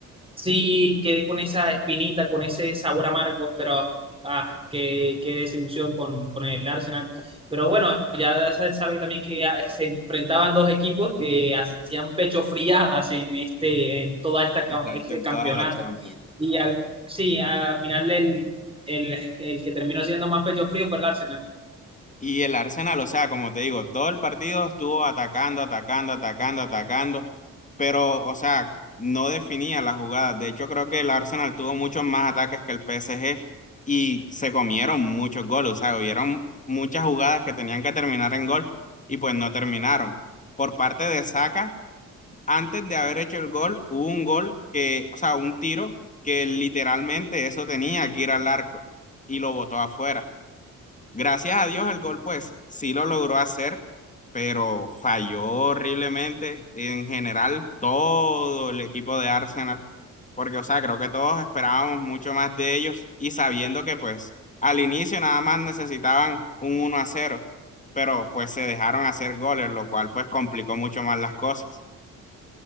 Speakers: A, on the right; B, on the left.
A: sí quedé con esa espinita, con ese sabor amargo, pero ah, qué, qué desilusión con, con el Arsenal. Pero bueno, ya se sabe también que ah, se enfrentaban dos equipos que hacían pecho friadas en, este, en todo este
B: Exacto, en
A: campeonato.
B: toda la Champions.
A: Y al, sí, al final el, el, el que terminó siendo más pecho frío fue el Arsenal.
B: Y el Arsenal, o sea, como te digo, todo el partido estuvo atacando, atacando, atacando, atacando, pero, o sea, no definía las jugadas. De hecho, creo que el Arsenal tuvo muchos más ataques que el PSG y se comieron muchos goles, o sea, hubieron muchas jugadas que tenían que terminar en gol y pues no terminaron. Por parte de Saka, antes de haber hecho el gol, hubo un gol que, o sea, un tiro que literalmente eso tenía que ir al arco y lo botó afuera. Gracias a Dios el gol pues sí lo logró hacer, pero falló horriblemente en general todo el equipo de Arsenal, porque o sea, creo que todos esperábamos mucho más de ellos y sabiendo que pues al inicio nada más necesitaban un uno a cero, pero pues se dejaron hacer goles, lo cual pues complicó mucho más las cosas.